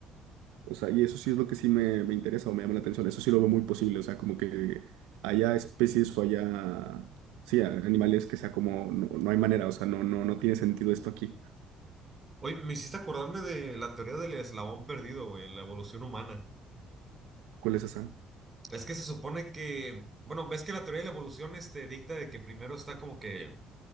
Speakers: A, on the right (about 75°); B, on the right (about 25°).
A: O sea, y eso sí es lo que sí me, me interesa o me llama la atención, eso sí lo veo muy posible, o sea, como que haya especies o haya, sí, a- animales que sea como, no, no hay manera, o sea, no, no, no tiene sentido esto aquí.
B: Oye, me hiciste acordarme de la teoría del eslabón perdido, güey, en la evolución humana.
A: ¿Cuál es esa?
B: Es que se supone que, bueno, ves que la teoría de la evolución este, dicta de que primero está como que,